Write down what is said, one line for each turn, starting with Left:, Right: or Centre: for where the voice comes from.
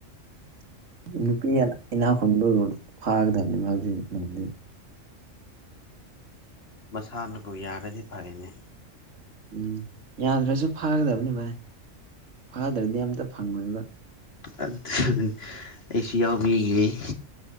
Right: ꯅꯨꯄꯤ ꯏ ꯏꯅꯥꯛ ꯈꯨꯨꯟꯕꯕꯨ ꯐꯥꯒꯗꯕꯅꯤ <unintelligible>
Left: ꯃꯁꯥꯅꯕꯨ ꯌꯥꯔꯗꯤ ꯐꯩꯅꯦ
Right: ꯎꯝ ꯌꯥꯗ꯭ꯔꯁꯨ ꯐꯥꯒꯗꯕꯅꯤ ꯕꯥꯏ ꯐꯥꯗ꯭ꯔꯗꯤ ꯑꯝꯇ ꯐꯪꯉꯣꯏꯕ
Left: ꯑꯗꯨꯗꯤ ꯑꯩꯁꯨ ꯌꯥꯎꯕꯤꯒꯧ